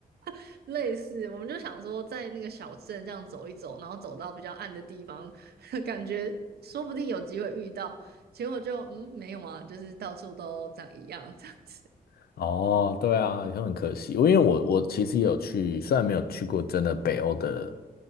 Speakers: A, on the right (about 80°); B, on the left (about 75°).
A: <laughs> 类似？我们就想说，在那个小镇这样走一走，然后走到比较暗的地方，<laughs> 感觉说不定有机会遇到。结果就，嗯，没有啊，就是到处都长一样这样子。
B: <laughs> 哦，对啊，也很可惜。我因为我我其实也有去，虽然没有去过真的北欧的